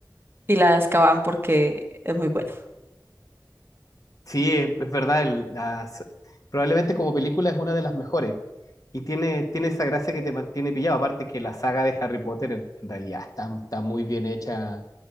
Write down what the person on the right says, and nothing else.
Y la de Azkaban porque es muy buena.